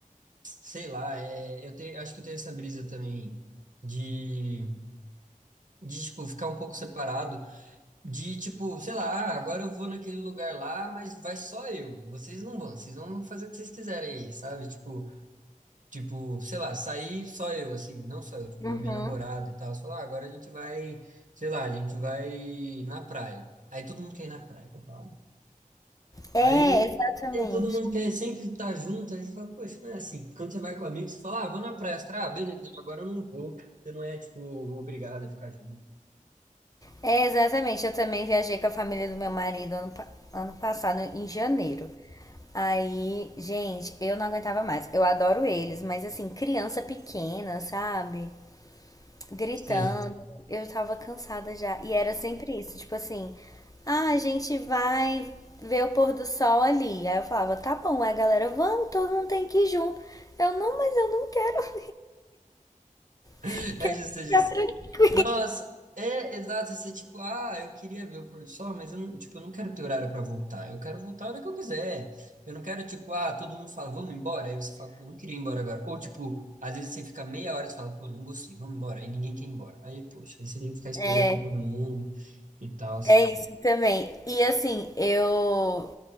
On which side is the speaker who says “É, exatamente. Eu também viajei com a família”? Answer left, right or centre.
Left